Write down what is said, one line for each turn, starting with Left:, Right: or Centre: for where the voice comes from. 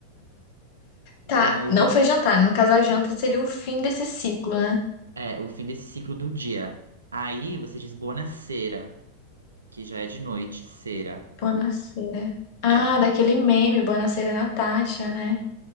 Right: E
Left: Tá,
Right: aí
Left: não
Right: de-
Left: foi jantar. né? No caso, a janta seria o fim desse ciclo, né?
Right: é o fim desse ciclo do dia. Aí você diz buonasera. Que já é de noite, cera.
Left: Buonasera.
Right: É,
Left: Ah, daquele meme, Buonasera Natasha, né?